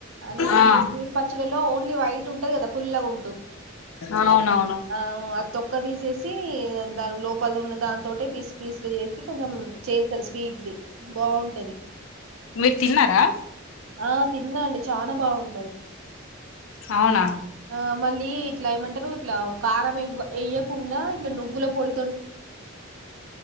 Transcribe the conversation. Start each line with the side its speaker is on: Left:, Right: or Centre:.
Right: అని
Left: ఆ
Right: ఇట్లా స్వీట్ పచ్చడిలో వైట్ ఉంటది కదా పల్లగా ఉ
Left: అవునవును
Right: ఆవు అ తొక్క తీసేసి దాని లోపల ఉన్న దాంతోటి పీస్ పీస్లు చేసి కొంచెం చేస్తారు స్వీట్ది బాగుంటది
Left: మీరు తిన్నారా
Right: ఆ తిన్నా అండి చానా బాగుం
Left: అవునా
Right: ఆ మళ్ళీ ఇట్లా ఏమంటారు ఇట్లా కారం వెయ్యకుండా ఇట్లా నువ్వుల పొడి